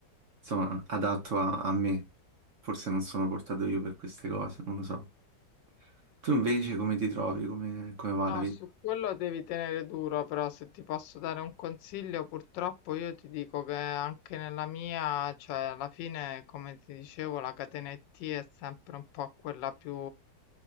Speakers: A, on the right; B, on the left.
A: insomma adatto a, a me. Forse non sono portato io per queste cose, non lo so. Tu invece come ti trovi? Come, come va
B: No,
A: la vita?
B: su quello devi tenere duro, però se ti posso dare un consiglio, purtroppo io ti dico che anche nella mia, cioè alla fine, come ti dicevo, la catena IT è sempre un po' quella più